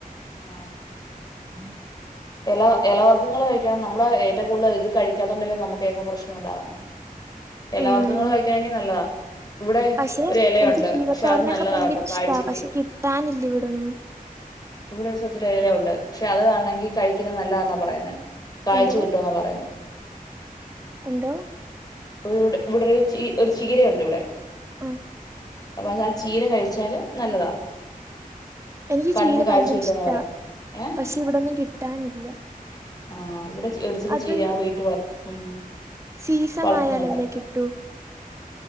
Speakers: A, on the left; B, on the right.
A: ആഹ്
B: ഉം
A: എല എലവർഗ്ഗങ്ങൾ കഴി ക്കണം നമ്മള് ഏറ്റവും കൂടുതൽ ഇത് കഴിക്കാത്തോണ്ടെങ്കും നമുക്ക് ഏറ്റവും പ്രശനം ഉണ്ടാവുന്നത് ഇ
B: ഉം
A: ല വർഗ്ഗങ്ങൾ കഴിക്കാണെങ്കിൽ നല്ലതാ ഇവിടെ
B: പക്ഷെ
A: ഒരു ഇലയുണ്ട്
B: എനിക്ക് ചീരത്തോരനൊക്കെ
A: പക്ഷെ അത് നല്ലതാട്ടോ
B: ഭയങ്കര
A: കാഴ്ചക്ക്
B: ഇഷ്ടാ പക്ഷെ കിട്ടാനില്ല ഇവിടൊന്നും
A: അവിടെ ഒരു സ്ഥ ഒരു ഇല ഉണ്ട് പക്ഷെ അതാണെങ്കി കഴിക്കുന്ന നല്ലതാന്നാ പറയേ കാഴ്ച
B: എന്തോ
A: കിട്ടുമെന്ന പറയുന്ന
B: എന്തോ
A: ഒരു ഇവിടെ ഒരു ച ഒരു ചീരയുണ്ട് ഇവിടെ
B: ആഹ
A: പക്ഷെ ആ ചീര കഴിച്ചാല് നല്ലതാ
B: എനിക്ക്
A: കണ്ണിന്
B: ചീര
A: കാഴ്ച
B: ഭയങ്കര
A: കിട്ടുമെന്നാ
B: ഇഷ്ടാ
A: പറയുന്നെ ഏഹ്
B: പക്ഷെ ഇവിടൊന്നും കിട്ടാനില്ല
A: ആഹ് ഇവിടെ ഒരു ചില
B: അതൊരു
A: ചീര ആ വീട്ടിൽ വളർ ഉ
B: സീസൺ
A: വളർത്തുന്നുണ്ട്
B: ആയാലല്ലേ കിട്ടൂ